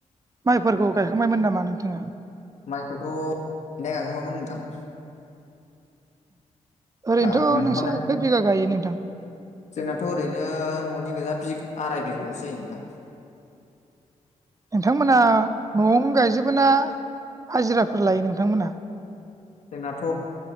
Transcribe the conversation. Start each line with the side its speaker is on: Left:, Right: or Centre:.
Right: माइफोरखौ गायखांबायमोन नामा नोंथाङा
Left: माइखौथ गायनाया गायखांबायमोन नोंथां
Right: ओरैनोथ
Left: ओ नोंथाङालाय
Right: नोंस्रा खै बिगा गायो नोंथां
Left: जोंनाथ ओरैनो न'नि गोजा बि आराय बिघालसो गायो नोंथां
Right: नोंथांमोना न'आव नों गायजोबोना हाजिराफोर लायो नोंथांमोनहा
Left: जोंनाथ